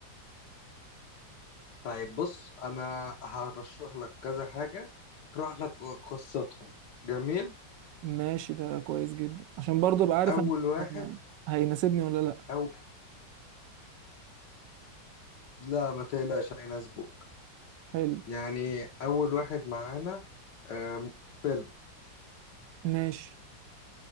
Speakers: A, on the left; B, on the right.
A: طيب بص انا هرشح لك كذا حاجة اشرح لك قصتهم جميل
B: ماشي ده كويس جدا عشان برضه ابقى عارف
A: اول
B: أنا
A: واحد
B: هيناسبني ولا لا
A: او لا ما تقلقش هيناسبوك
B: حلو
A: يعني اول واحد معانا آم، فيلم
B: ماشي